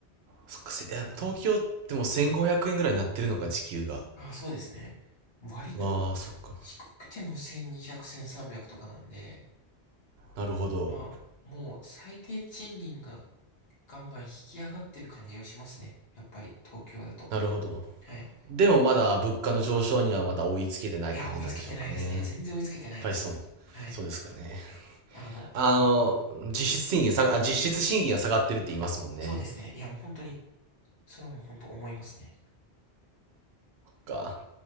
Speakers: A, on the right; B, on the left.
A: そっか、せいや東京ってもう1500円ぐらいになってるのか、
B: もう本当に。
A: 時給が。
B: ああ、そうですね。割と、
A: わあ、そっか。
B: 低くても1200、1300とかなんで、
A: なるほど。
B: まあ、もう最低賃金がガンガン引き上がってる感じがしますね。やっぱり東京だと。
A: なるほど。
B: はい。
A: でもまだ物価の上昇にはまだ追いつけてない感じなんでしょうかね。
B: いや、追いつけてないですね。
A: やっ
B: 全然追いつけてないですね。
A: ぱりそう、
B: はい。
A: そうですかね。
B: あの、
A: あの、
B: もう、
A: 実質賃金下が、あ、実質賃金が下がってるって言いますもんね。
B: そうですね。いや、もう本当に、それはもう本当思いますね。
A: か。